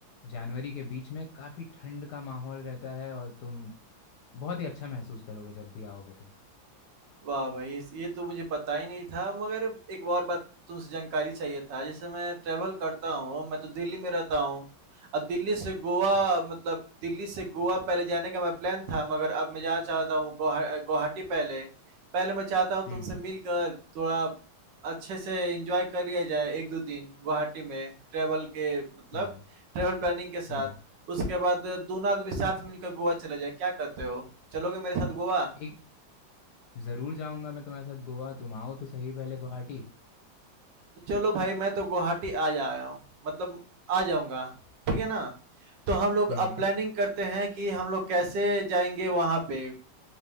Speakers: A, on the left (about 70°); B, on the right (about 65°).
A: जनवरी के बीच में काफ़ी ठंड का माहौल रहता है और तुम बहुत ही अच्छा महसूस करोगे जब भी आओगे तो
B: वाह भाई! इस ये तो मुझे पता ही नहीं था, मगर एक और बात तुमसे जानकारी चाहिए था। जैसे मैं ट्रैवल करता हूँ, मैं तो दिल्ली में रहता हूँ और दिल्ली से गोवा
A: हम्म
B: मतलब दिल्ली से गोवा पहले जाने का मेरा प्लान था, मगर अब मैं जाना चाहता हूँ गोहा गुवाहाटी पहले। पहले मैं चाहता हूँ
A: हम्म
B: तुमसे मिलकर थोड़ा अच्छे से एन्जॉय कर लिया जाए 1-2 दिन गुवाहाटी में ट्रैवल के मतलब
A: हम्म
B: ट्रैवल प्लानिंग के साथ।
A: हम्म
B: उसके बाद दोनों आदमी साथ मिलकर गोवा चला जाए, क्या कहते हो? चलोगे मेरे साथ गोवा?
A: एक ज़रूर जाऊंगा मैं तुम्हारे साथ गोवा तुम आओ तो सही पहले गुवाहाटी
B: तो चलो भाई मैं तो गुवाहाटी आ जाया हूँ, मतलब आ जाऊँगा, ठीक है ना? तो
A: हम्म
B: हम लोग
A: हम्म
B: अब प्लानिंग करते हैं कि हम लोग कैसे जाएँगे वहाँ पे